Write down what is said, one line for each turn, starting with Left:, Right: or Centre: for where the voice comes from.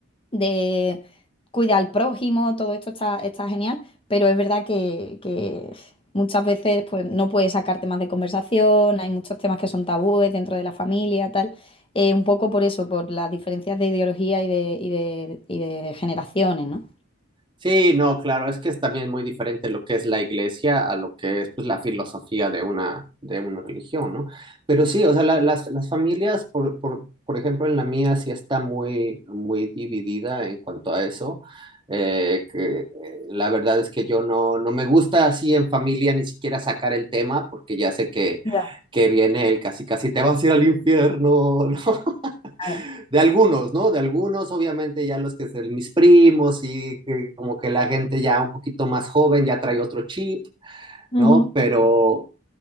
Left: de cuidar al prójimo, todo esto está, está genial, pero es verdad que, que muchas veces pues, no puedes sacar temas de conversación, hay muchos temas que son tabúes dentro de la familia, tal. Eh, un poco por eso, por las diferencias de ideología y de, y de, y de generaciones, ¿no?
Right: Sí, no, claro, es que es también muy diferente lo que es la iglesia a lo que es pues, la filosofía de una, de una religión, ¿no? Pero sí, o sea, la- las, las familias, por, por, por ejemplo, en la mía sí está muy, muy dividida en cuanto a eso. Eh, que, eh, la verdad es que yo no, no me gusta así en familia ni siquiera sacar el tema porque ya sé que,
Left: Ya,
Right: que viene el casi casi te vas a ir al infierno, <laughs>
Left: claro.
Right: de algunos, ¿no? De algunos, obviamente ya los que son mis primos y que como que la gente ya un poquito más joven ya trae otro chip,
Left: Ujú.
Right: ¿no? Pero,